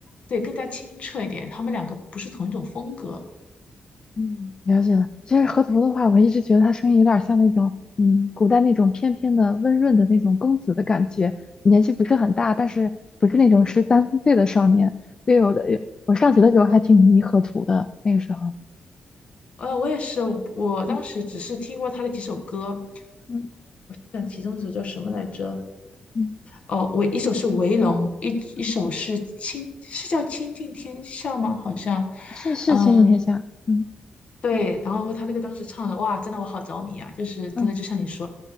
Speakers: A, on the left; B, on the left.
A: 对，更加清澈一点。他们两个不是同一种风格。
B: 嗯，了解了。其实河图的话，我一直觉得他声音有点像那种，嗯，古代那种翩翩的、温润的那种公子的感觉，年纪不是很大，但是不是那种十三四岁的少年。对，以我的，我上学的时候还挺迷河图的，那个时候，
A: 呃，我也是，我当时只是听过他的几首歌，
B: 嗯嗯
A: 但其中一首叫什么来着？
B: 嗯，
A: 哦，我一首是《围龙》，一一首是《清》，
B: 嗯，
A: 是叫《倾尽天下》吗？好像，
B: 是是前几天下，
A: 嗯、
B: 嗯
A: 对，然后他那个当时唱的，哇，真的我好着迷啊！就是真的，
B: 嗯，
A: 就像你说，